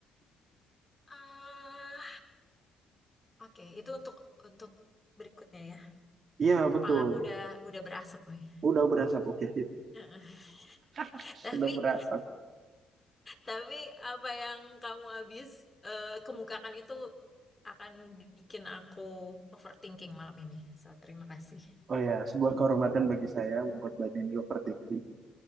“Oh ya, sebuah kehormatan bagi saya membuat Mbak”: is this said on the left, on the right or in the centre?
Right